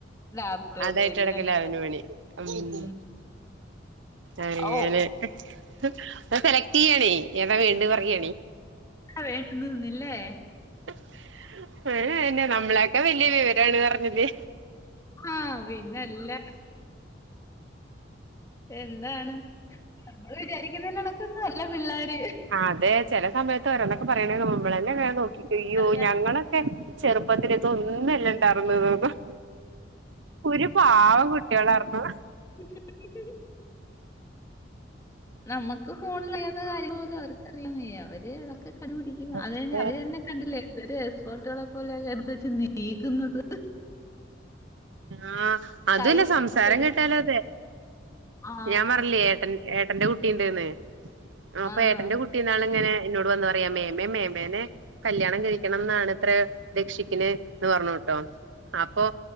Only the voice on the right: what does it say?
അതായിട്ട്ടക്കല
അവന്
പണി ഉം
അങ്ങനെ.
<inaudible> അഹ് സെലക്ട്യ്യണേ ഏതാ വേണ്ട് പറയാണി.
<unintelligible> ന്നെ നമ്മളൊക്കെ വേലിയ വിടാണ് പറഞ്ഞതി
ആ അതെ ചില സമയത്ത് ഒരണക്കെ പറയണേ തോന്നും ന്നൊക്കെ പറയണെങ്ക നമ്മളെല്ലെങ്ന്നെ നോക്കിക്കയ്യോ
ഞങ്ങളെ <unintelligible> ചെറുപ്പത്തിലിതൊന്നുഇണ്ടാവുന്നെ തോന്നും. ഒരു പാവം കുട്ടികളാർന്നു.
അതെ
ആ അതന്നെ
സംസാരം
കെട്ടാലു അതെ
ഞാൻ പറഞ്ഞില്ലേ ഏട്ടൻ ഏട്ടന്റെ കുട്ടി ഉണ്ട്ന്ന്
അപ്പം
ഏട്ടന്റെ കുട്ടി കുട്ടിന്നാളങ്ങനെ ഇന്നോട് വന്ന് പറയാ മേമേ മേമേനെ കല്യാണം കഴിക്കണന്നാണ് ഇത്രേ രക്ഷിക്കിന് എന്ന് പറഞ്ഞുട്ടോ അപ്പൊ